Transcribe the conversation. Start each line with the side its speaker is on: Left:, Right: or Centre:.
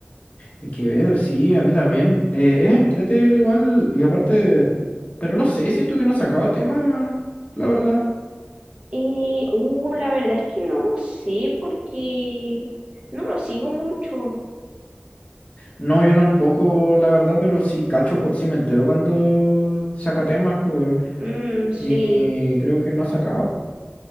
Left: Es que veo, sí, a mí también. Eh, es entrete el igual, y aparte, pero no sé, siento que no he sacado tema, la verdad.
Right: Eh, uh, la verdad es que no lo sé porque no lo sigo mucho.
Left: No, yo tampoco, la verdad, pero sí cacho, cu- sí me entero cuando saca temas, pues, weón.
Right: Mm, sí,
Left: y creo que no ha sacado.